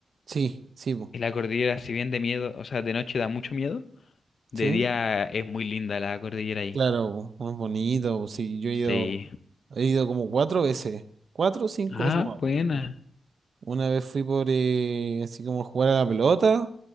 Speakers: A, on the right; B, on the left.
A: Sí, sí, po,
B: Y la cordillera, si bien de miedo, o sea, de noche da mucho miedo, de
A: sí.
B: día es muy linda la cordillera ahí.
A: Claro, po, no es bonito. po, Sí, yo he ido,
B: Sí.
A: he ido como cuatro veces. Cuatro o cinco
B: Ah,
A: veces, no me acuerdo.
B: buena.
A: Una vez fui por eh, así como jugar a la pelota.